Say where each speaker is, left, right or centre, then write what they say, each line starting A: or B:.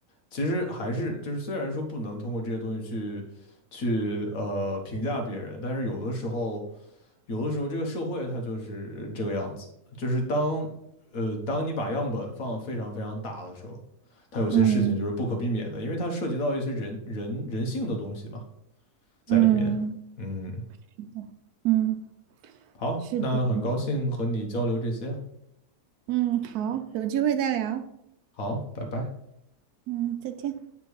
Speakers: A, on the left; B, on the right.
A: 其实还是就是，虽然说不能通过这些东西去去呃评价别人，但是有的时候，有的时候这个社会它就是这个样子，就是当呃当你把样本放得非常非常大的时候，它有些事情就是不可避免的，
B: 嗯
A: 因为它涉及到一些人人人性的东西嘛，在里面。
B: 嗯，
A: 嗯，
B: 是的，嗯，
A: 好，
B: 是的，
A: 那很高兴和你交流这些啊，
B: 嗯，好，有机会再聊，
A: 好，拜拜。
B: 嗯，再见。